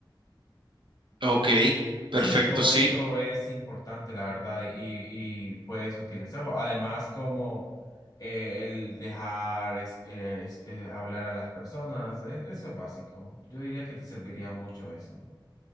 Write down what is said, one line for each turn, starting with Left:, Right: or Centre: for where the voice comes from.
Right: Ok, perfecto,
Left: Sí, todo
Right: sí.
Left: esto es importante, la verdad, y, y- y puedes utilizarlo. Además, como eh, el dejar es- es- eh, hablar a las personas, e- eso es básico. Yo diría que te serviría mucho eso.